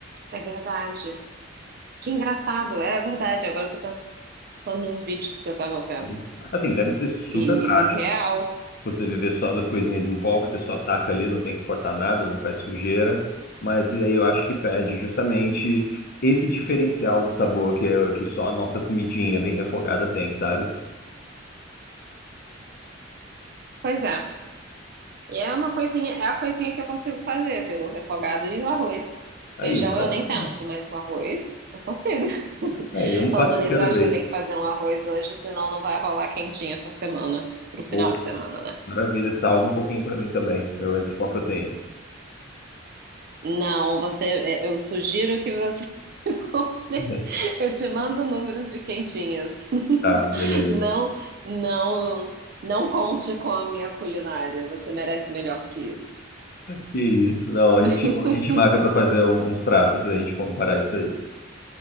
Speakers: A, on the right (about 50°); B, on the left (about 50°).
A: É verdade. Que engraçado, é verdade. Agora eu tô pensando nos vídeos que eu tava vendo.
B: Sim. Assim, deve ser super
A: E,
B: prático.
A: e real.
B: você viver só das coisinhas em pó, você só ataca ali, não tem que cortar nada, não faz sujeira. Mas aí eu acho que pede justamente esse diferencial do sabor que, é- que só a nossa comidinha bem refogada tem, sabe?
A: Pois é. E é uma coisinha, é a coisinha que eu consigo fazer, viu? O refogado e o arroz.
B: Aí,
A: Feijão
B: maravilha.
A: eu nem tanto, mas o arroz eu consigo. <laughs>
B: Aí, um
A: Falando
B: passo de
A: nisso,
B: cada
A: eu acho
B: vez.
A: que eu tenho que fazer um arroz hoje, senão não vai rolar quentinha pra semana, pro final
B: Ou,
A: de semana, né?
B: maravilha, salva um pouquinho pra mim também. Eu entro com a proteína.
A: Não, você, é, eu sugiro que você <laughs> compre.
B: <laughs>
A: Eu te mando números de quentinhas. <laughs>
B: Tá, beleza.
A: Não, não, não conte com a minha culinária. Você merece melhor que isso.
B: Que isso. Não, a
A: <laughs>
B: gente, a gente marca pra fazer um- uns pratos pra gente comparar isso aí.